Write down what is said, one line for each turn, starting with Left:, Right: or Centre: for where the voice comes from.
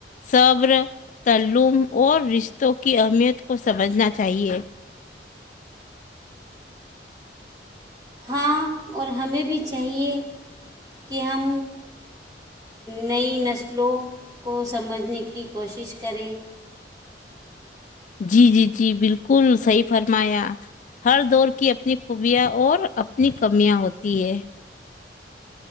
Left: صبر تلوم اور رشتوں کی اہمیت کو سمجھنا چاہیے
Right: ہاں اور ہمیں بھی چاہیے کہ ہم نئی نسلوں کو سمجھنے کی کوشش کریں
Left: جی جی جی بالکل صحیح فرمایا ہر دور کی اپنی خوبیاں اور اپنی کمیاں ہوتی ہے